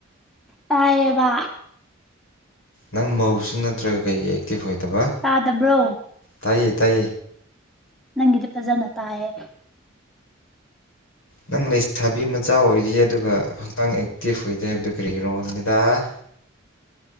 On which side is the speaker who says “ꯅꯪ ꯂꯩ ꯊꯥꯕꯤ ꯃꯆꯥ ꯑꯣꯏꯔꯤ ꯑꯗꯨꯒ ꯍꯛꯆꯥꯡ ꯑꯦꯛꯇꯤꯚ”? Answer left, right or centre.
Left